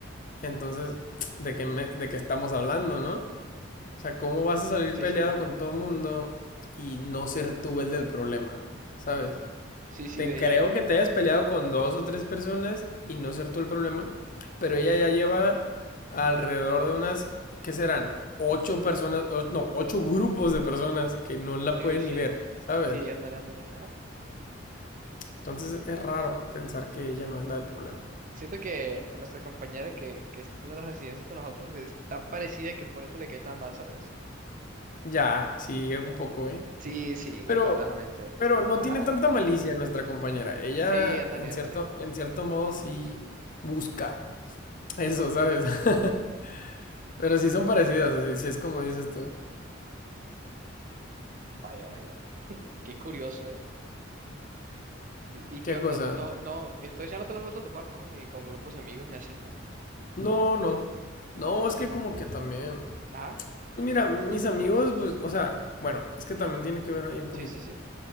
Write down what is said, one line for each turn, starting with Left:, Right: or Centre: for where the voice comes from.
Left: Entonces, <tsk> ¿de qué, me- de qué estamos hablando, no? O sea, ¿cómo vas a salir
Right: Sí,
Left: peleado
Right: sí, como.
Left: con todo el mundo y no ser tú el del problema? ¿Sabes?
Right: Sí, sí,
Left: Te
Right: de
Left: creo
Right: hecho.
Left: que te hayas peleado con dos o tres personas y no ser tú el problema, pero ella ya lleva alrededor de unas, ¿qué serán? Ocho personas, o- no, ocho grupos de personas que no la
Right: Sí,
Left: pueden
Right: sí.
Left: ni ver, ¿sabes?
Right: Sí, ándale, ándale. Ajá.
Left: Entonces es raro pensar que ella no es la del problema.
Right: Siento que a nuestra compañera que, que está haciendo las residencias con nosotros es tan parecida que por eso le cae tan mal, ¿sabes?
Left: Ya, sí, un poco, ¿eh?
Right: Sí, sí,
Left: Pero,
Right: totalmente.
Left: pero no
Right: Ajá.
Left: tiene tanta malicia nuestra compañera. Ella,
Right: Sí, ándale,
Left: en
Right: ándale.
Left: cierto, en cierto modo, sí busca eso, ¿sabes? <laughs> Pero sí son parecidas, así, sí es como dices tú.
Right: Vaya, vaya. Qué curioso, ¿eh? ¿Y, y
Left: ¿Qué
Right: qué onda?
Left: cosa?
Right: No, no, entonces ya no te las has vuelto a topar, ¿no? Ni con grupos de amigos ni así, ¿no?
Left: No, no. No, es que como que también.
Right: Ajá.
Left: Pues mira, mis amigos, pues, o sea, bueno, es que también tiene que ver ahí un poquito.
Right: Sí, sí, sí.